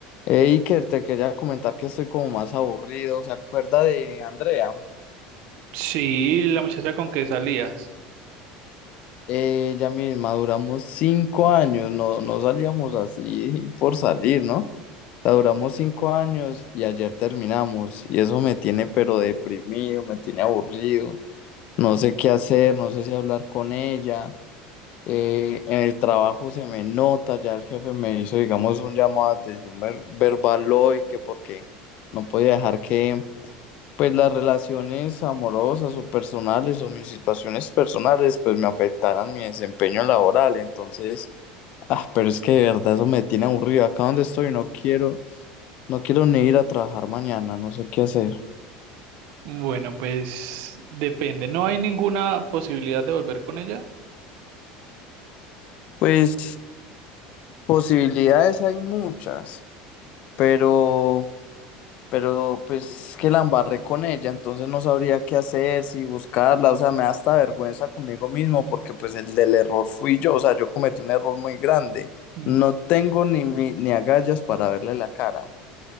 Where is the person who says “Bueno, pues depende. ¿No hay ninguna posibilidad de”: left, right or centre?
Right